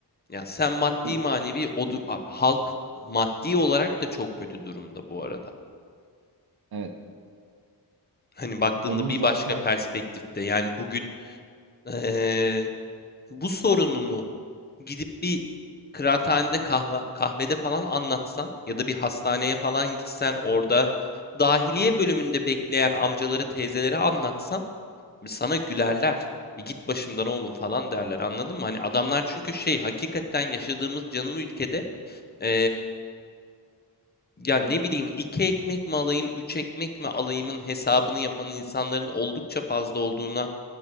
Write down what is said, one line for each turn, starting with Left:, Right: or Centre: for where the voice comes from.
Left: Ya sen maddi
Right: Yap-
Left: manevi o du- abi halk maddi olarak da çok kötü durumda bu arada.
Right: Evet.
Left: Hani baktığında
Right: Onun
Left: bir
Right: zaten
Left: başka perspektifte yani bugün ee, bu sorununu gidip bir kıraathanede kahve, kahvede falan anlatsan ya da bir hastaneye falan gitsen orada dahiliye bölümünde bekleyen amcaları teyzelere anlatsan sana gülerler. Bir git başımdan oğlum falan derler anladın mı? Hani adamlar çünkü şey hakikaten yaşadığımız canım ülkede ee, ya ne bileyim iki ekmek mi alayım üç ekmek mi alayımın hesabını yapan insanların oldukça fazla olduğuna